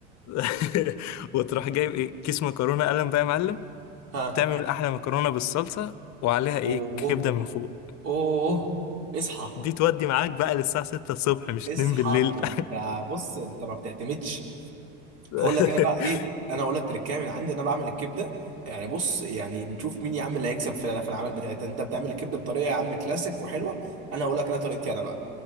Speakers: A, on the left; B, on the right.
A: <laughs> وتروح جايب إيه؟ كيس مكرونة قلم بقى يا معلم
B: ها
A: تعمل أحلى مكرونة بالصلصة وعليها إيه؟
B: اوه
A: كبدة من فوق
B: اوه اصحى
A: دي تودي معاك بقى للساعة 6 الصبح مش
B: اصحى
A: 2 بالليل
B: ده انت بص انت ما بتعتمدش
A: <laughs>
B: هقول لك انا بقى ايه انا هقول لك تركايه من عندي انا بعمل الكبده يعني بص يعني نشوف مين يا عم اللي هيكسب في في الاعمال بتاعتها انت بتعمل الكبده بطريقه يا عم كلاسيك وحلوه انا هقول لك انا طريقتي انا بقى